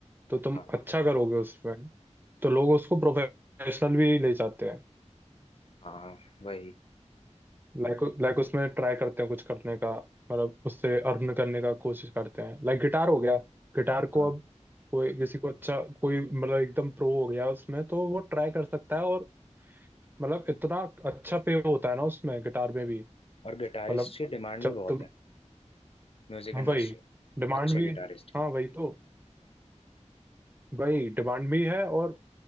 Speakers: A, on the right; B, on the left.
A: तो तुम
B: हाँ
A: अच्छा करोगे उसमें तो लोग उसको प्रोफेशनल भी ले जाते हैं
B: हाँ वही
A: लाइक लाइक उसमें ट्राई करते हैं कुछ करने का मतलब उससे अर्न करने का कोशिश करते हैं लाइक गिटार हो गया गिटार
B: हाँ
A: को अब कोई किसी को अच्छा कोई मतलब एकदम प्रो हो गया उसमें तो वो ट्राई कर सकता है और मतलब इतना अच्छा पे होता है ना उसमें गिटार में भी
B: और गिटारिस्ट
A: मतलब
B: की डिमांड
A: जब
B: भी बहुत
A: तुम
B: है म्यूजिक
A: हाँ
B: इंडस्ट्री
A: वही डिमांड
B: अच्छे
A: भी
B: गिटारिस्ट
A: हाँ
B: की
A: वही तो वही डिमांड भी है और